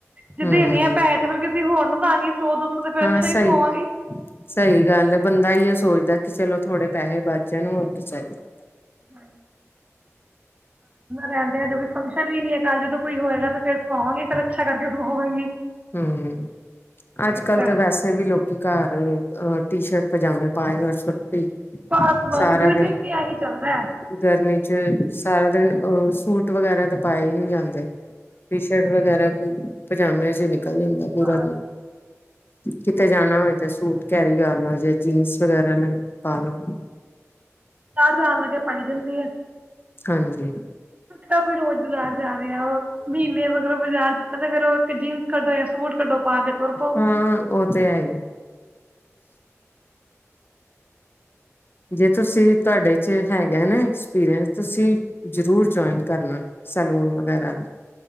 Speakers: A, on the left; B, on the right.
A: ਹੂੰ-ਹੂੰ
B: ਜੇ ਦੇਣੇ ਆ ਪੈਸੇ ਤੇ ਫਿਰ ਹੋਰ ਨੂੰ <unintelligible> ਸੌ ਤੇ ਫਿਰ
A: ਹਾਂ
B: ਅੱਛਾ ਹੀ
A: ਸਹੀ
B: ਸਵਾਵਾਂਗੀ
A: ਸਹੀ ਗੱਲ ਏ ਬੰਦਾ ਸੋਚਦਾ ਕਿ ਚਲੋ ਥੋੜੇ ਪੈਸੇ ਬਚ ਜਾਣ ਹੋਰ ਕੀ ਚਾਹੀਦਾ
B: ਹ ਰਹਿੰਦੇ ਹਜੇ ਕੋਈ ਫੰਕਸ਼ਨ ਵੀ ਨੀ ਹੈ ਘਰ ਜਦੋਂ ਕੋਈ ਹੋਏਗਾ ਤੇ ਫਿਰ ਸਵਾਵਾਂਗੀ ਫੇਰ ਅੱਛਾ ਕਰਕੇ ਸਵਾਵਾਂਗੀ।
A: ਹੂੰ ਅੱਜ
B: ਇਸ
A: ਕੱਲ੍ਹ
B: ਕਰਕੇ
A: ਤਾਂ ਵੈਸੇ ਵੀ ਲੋਕੀ ਘਰ ਅ ਟੀ ਸ਼ਰਟ ਪਜਾਮੇ ਪਾਏ ਅਰ ਸੁੱਟੀ
B: ਬਸ ਬਸ
A: ਸਾਰਾ
B: ਗਰਮੀ
A: ਦਿਨ
B: ਤੇ ਆਹੀ ਚੱਲਦਾ ਹੈ
A: ਗਰਮੀ ਚ ਸਾਰਾ ਦਿਨ ਅਹ ਸੂਟ ਵਗੈਰਾ ਤੇ ਪਾਏ ਹੀ ਨੀ ਜਾਂਦੇ। ਟੀ ਸ਼ਰਟ ਵਗੈਰਾ ਹੀ ਪਜਾਮਿਆਂ ਚ ਹੀ ਨਿ <unintelligible> ਐ ਈ ਹੁੰਦਾ ਪੂਰਾ
B: ਹਾਂ
A: ਦਿਨ ਕਿਤੇ ਜਾਣਾ ਹੋਏ ਤੇ ਸੂਟ ਕੈਰੀ ਕਰ ਲਏ ਜੇ ਜੀਨਸ ਵਗੈਰਾ ਮ ਪਾ ਲੋ
B: ਬਾਹਰ ਜਾਣ ਲੱਗੇ ਪਾਈ ਦੀ ਹੁੰਦੀ ਏ।
A: ਹਾਂਜੀ
B: ਤਾਂ ਕੋਈ ਰੋਜ਼ ਬਜ਼ਾਰ ਜਾ ਰਿਹਾ ਉਹ ਮਹੀਨੇ ਮਗਰੋਂ ਬਾਜ਼ਾਰ ਜਾਂਦਾ ਤੇ ਫੇਰ ਉਹ ਇੱਕ ਜੀਨਸ ਕੱਢੋ ਜਾਂ ਸੂਟ ਕੱਢੋ। ਪਾ ਕੇ ਤੁਰ ਪਓ।
A: ਹਾਂ ਉਹ ਤੇ ਹੈ ਹੀ ਜੇ ਤੁਸੀਂ ਤੁਹਾਡੇ ਚ ਹੈਗੇ ਨਾ ਐਸ ਪੀਰੀਅਸ ਤੁਸੀਂ ਜਰੂਰ ਜਇਨ ਕਰਨਾ ਸੈਲੂਨ ਵਗੈਰਾ ਦਾ